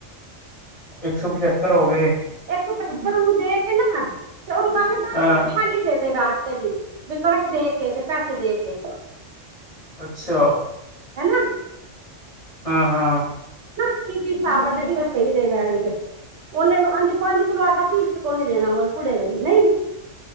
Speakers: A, on the left (about 35°); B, on the right (about 70°).
A: ਇੱਕ ਸੌ ਪਚੱਤਰ ਹੋ ਗਏ।
B: ਇੱਕ ਸੌ ਪਚੱਤਰ ਉਹਨੂੰ ਦੇ ਕੇ ਨਾ ਤੇ ਉਹਨੂੰ ਕੰਘ
A: ਹਾਂ
B: ਖਾਲੀ ਦੇ ਦੇ ਹਫਤੇ ਦੀ। ਵੀ ਕਣਕ ਦੇ ਕੇ ਤੇ ਪੈਸੇ ਦੇ ਕੇ।
A: ਅੱਛਾ।
B: ਹਨਾ।
A: ਹਾਂ ਹਾਂ।
B: ਕੀ ਕੀ ਸਾਬ ਵਣੇਗਾ ਇਹ ਸਹੀ ਦੇਗਾ। ਉਹਨੇ ਅ ਪੰਜ ਕਿਲੋ ਆਟਾ ਪੀਸ ਕੇ ਕੋ ਨੀ ਦੇਣਾ ਮੈਂ ਕੁੜੇ ਦਾ ਹੀ ਨਹੀਂ।